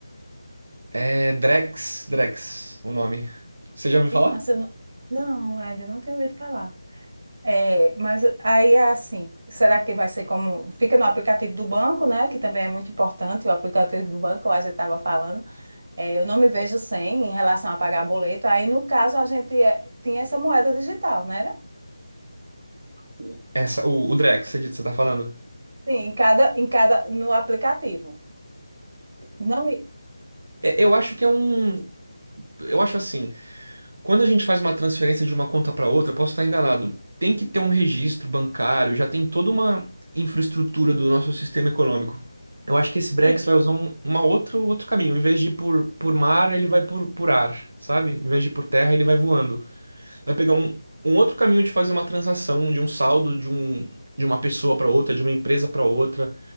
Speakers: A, on the right; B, on the right.
A: É Drex, Drex, o nome. Você já ouviu
B: Que
A: falar?
B: massa, eu não, não, ainda não tenho ouvido falar. É, mas aí é assim, será que vai ser como, fica no aplicativo do banco, né, que também é muito importante, o aplicativo do banco, a gente estava falando, É, eu não me vejo sem em relação a pagar boleto. Aí, no caso, a gente é- tinha essa moeda digital, né? né?
A: O- Essa, o, o Drex, você disse, você tá falando?
B: Sim, em cada, em cada, no aplicativo. Não, e-
A: É, Eu acho que é um. Eu acho assim. Quando a gente faz uma transferência de uma conta para outra, posso estar enganado. Tem que ter um registro bancário, já tem toda uma infraestrutura do nosso sistema econômico. Eu acho que esse Brex
B: sim,
A: vai usar um, uma outro, outro caminho. Em vez de ir por, por mar, ele vai por, por ar, sabe? Em vez de ir por terra, ele vai voando. Vai pegar um, um outro caminho de fazer uma transação, de um saldo de, um, de uma pessoa para outra, de uma empresa para outra.